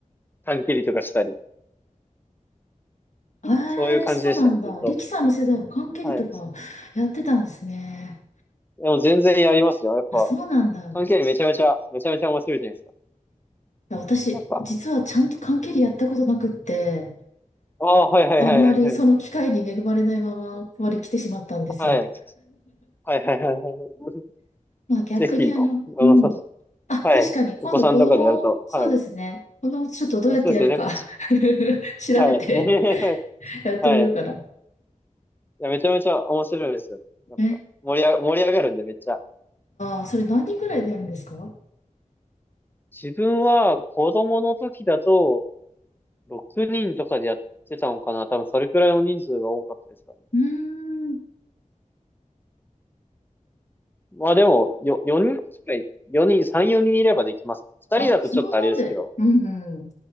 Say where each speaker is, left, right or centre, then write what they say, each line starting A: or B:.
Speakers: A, on the left; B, on the left.
A: 短距離とかしたり、
B: え
A: そういう感じでしたね、
B: えそうなんだ。
A: ずっと。
B: リキさんの世代も缶蹴りとかやってたんですね。
A: はい。でも全然やりますよ。やっぱ、
B: あ、そうなんだ。い
A: 短距離めちゃめちゃ、めちゃめちゃ面白いじゃないですか。
B: や私、
A: やっぱ。
B: 実はちゃんと缶蹴りやったことなくって、
A: ああ、はいはいはいはいはい。
B: あんまりその機会に恵まれないままここに来てしまったんですよ。
A: はい。はいはいはいはい。
B: まあ逆にあの、
A: ぜひ、こあの、
B: うん。
A: さ
B: あ、
A: はい。
B: 確かに今度子供、
A: お子さんとかでやると、
B: そうですね。
A: はい。
B: 子供ちょっとどうやってやるか
A: あ、そうですよね。
B: <laughs> 調べて
A: はい。<laughs>
B: やってみようかな。
A: はい。いや、めちゃめちゃ面白いですよ。やっぱ、
B: え、
A: 盛りあ、盛り上がるんで、めっちゃ。
B: ああ、それ何人ぐらいでやるんですかう
A: 自分は子供の時だと、6人とかでやってたのかな。多分それくらいの人数が多かったですかね。
B: ーん。
A: まあでも、よ、4人くらい、4人、3、4人いればできます。2人だとちょっとあれですけど、
B: あ、そのなんで。うんうん。